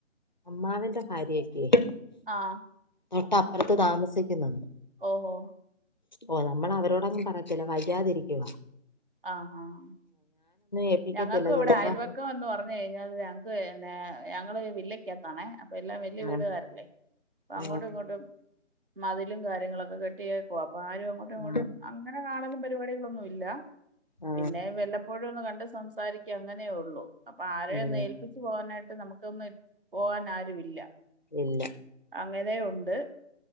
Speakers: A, on the left; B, on the right.
A: അമ്മാവന്റെ ഭാര്യയൊക്കെയേ
B: ആഹ്
A: തൊട്ടപ്പുറത്ത് താമസിക്കുന്നുണ്ട്
B: ഓ ഓ
A: ഓ നമ്മൾ അവരോടങ്ങും പറയത്തില്ല വയ്യാതിരിക്കവാ
B: ആഹ് ആഹ്
A: ഏൽപ്പിക്കത്തില്ല
B: ഞങ്ങക്ക് ഇവിടെ
A: ചിലപ്പോ
B: അയൽവക്കം എന്ന് പറഞ്ഞു കഴിഞ്ഞാല് ഞങ്ങക്ക്ന്നെ ഞങ്ങള് വില്ലക്കകത്താണേ അപ്പ എല്ലാം വലിയ
A: ആ,
B: വീടുകാാരല്ലേ അപ്പ
A: ആ,
B: അങ്ങോട്ടും ഇങ്ങോട്ടും മതിലും കാര്യങ്ങളൊക്കെ കെട്ടിയ അപ്പ ആരും അങ്ങോട്ടും ഇങ്ങോട്ടും
A: ആ,
B: അങ്ങനെ കാണലും പരിപാടികളൊന്നും ഇല്ല
A: ആ,
B: പിന്നെ വല്ലപ്പോഴും ഒന്നും കണ്ട സംസാരിക്ക അങ്ങനെയ ഉള്ളൂ അപ്പൊ ആരെയ
A: ഉം,
B: നേഏൽപ്പിച്ചച്ച് പോകാനായിട്ട് ് നമുക്കൊന്നും പോവാൻ ആരു ഇില്ല
A: ഇല്ല
B: അങ്ങനെയുണ്ട്